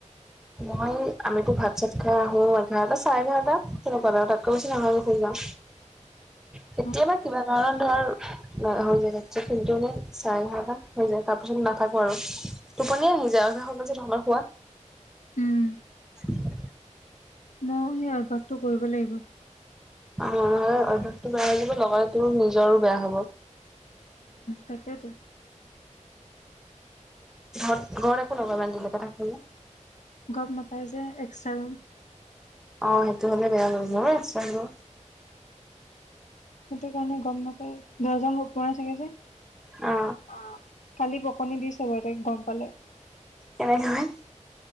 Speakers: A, in the centre; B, on the left.
A: মই আমিতো ভাত চাত খাই আহো এঘাৰটা চাৰে এঘাৰটা তেনেকুৱাত আৰু তাতকৈ বেছি নহয় শুই যাওঁ।
B: <inaudible>
A: কেতিয়াবা কিবা কাৰণত ধৰ হৈ যায় কিন্তু এনে চাৰে এঘাৰটা হৈ যায় তাৰ পাছত নাথাকোঁ আৰু টোপনিয়ে আহি যায় আৰু যে সেইটো সময়ত শুৱা।
B: উম,
A: <unintelligible>
B: মও সেই অভ্যাসটো কৰিব লাগিব।
A: অ অভ্যাসটো বেয়া হৈ যাব লগতে তোৰ নিজৰো বেয়া হ'ব।
B: তাকেতো
A: ঘত ঘৰত একো নকয় ইমান দেৰিলৈকে থাকিলে?
B: গম নাপায় যে এক্সট্ৰা ৰুম
A: অ সেইটো হ'লে বেয়া অলপ, মোৰো এক্সট্ৰা ৰুম।
B: সেইটো কাৰণে গম নাপাই, দৰ্জা হুপ মৰা থাকে যে।
A: অ
B: অ কালি বকনি দিছে বাৰু তাইক গম পালে।
A: কেনেকৈ